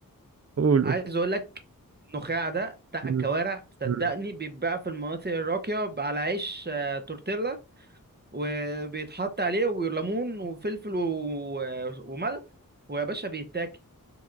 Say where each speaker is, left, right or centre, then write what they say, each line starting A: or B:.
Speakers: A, on the right; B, on the right.
A: قولوا
B: عايز اقول لك النخاع ده بتاع
A: مم.
B: الكوارع صدقني
A: مم.
B: بيتباع في المناطق الراقية على عيش آه، تورتيلا وبيتحط عليه وليمون وفلفل و... وملح ويا باشا بيتاكل